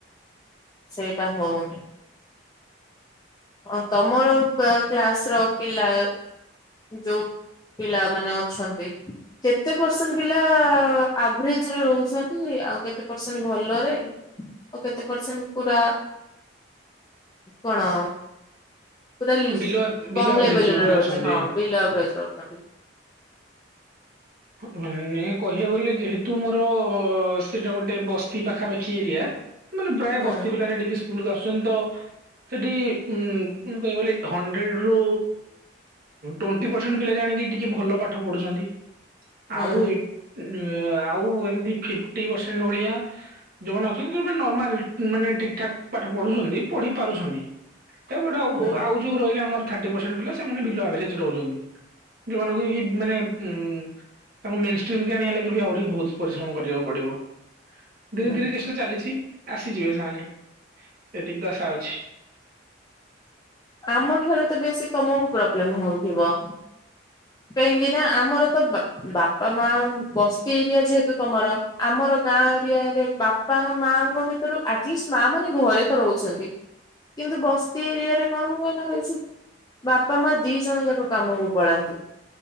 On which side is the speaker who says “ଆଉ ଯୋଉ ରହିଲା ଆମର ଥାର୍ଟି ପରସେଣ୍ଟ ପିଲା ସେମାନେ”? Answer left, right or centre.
Right